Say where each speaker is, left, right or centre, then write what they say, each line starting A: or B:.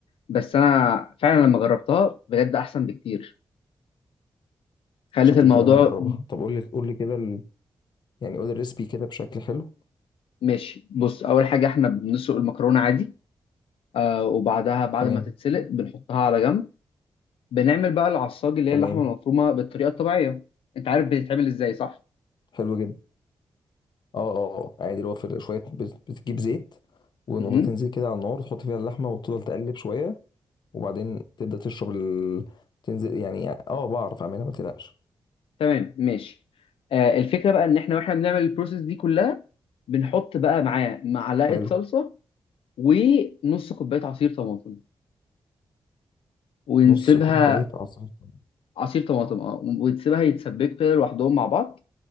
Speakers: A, on the left; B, on the left.
A: بس انا فعلا لما جربتها بجد احسن بكتير خلت
B: شكلي
A: الموضوع
B: فعلا هجربها طب قول لي قول لي كده ال... يعني قول لي الريسبي كده بشكل حلو
A: ماشي بص اول حاجه احنا بنسلق المكرونه عادي آه وبعدها بعد
B: تمام
A: ما تتسلق بنحطها على جنب بنعمل بقى العصاج اللي
B: تمام
A: هي اللحمه المفرومه بالطريقه الطبيعيه انت عارف بتتعمل ازاي صح
B: حلو جدا. اه اه اه. عادي اللي هو في شويه بت- بتجيب زيت ونقطتين
A: مهم.
B: زيت كده على النار تحط فيها اللحمه وتفضل تقلب شويه وبعدين تبدا تشرب ال... تنزل يعني اه بعرف اعملها ما تقلقش
A: تمام ماشي آه الفكره بقى ان احنا واحنا بنعمل البروسيس دي كلها بنحط بقى معاه معلقه
B: حلو
A: صلصه ونص كوبايه عصير طماطم ونسيبها
B: نص كوبايه عصير ليمون.
A: عصير طماطم اه ونسيبها يتسبكوا كده لوحدهم مع بعض